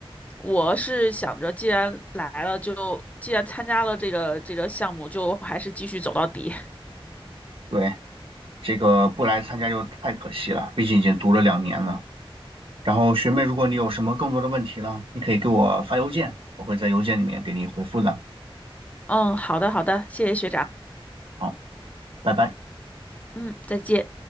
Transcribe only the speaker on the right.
对，这个不来参加就太可惜了，毕竟已经读了两年了。然后学妹，如果你有什么更多的问题了，你可以给我发邮件，我会在邮件里面给你回复的。
好，拜拜。